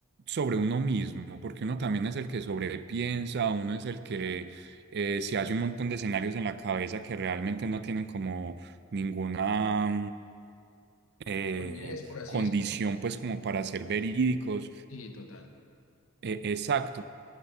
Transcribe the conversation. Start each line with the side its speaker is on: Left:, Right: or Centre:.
Right: sobre uno mismo, porque uno también es el que sobrepiensa, uno es el que eh, se hace un montón de escenarios en la cabeza que realmente no tienen como ninguna eh,
Left: Olvides, por así
Right: condición
Left: decirlo.
Right: pues como para ser verídicos,
Left: Sí, total.
Right: eh, exacto.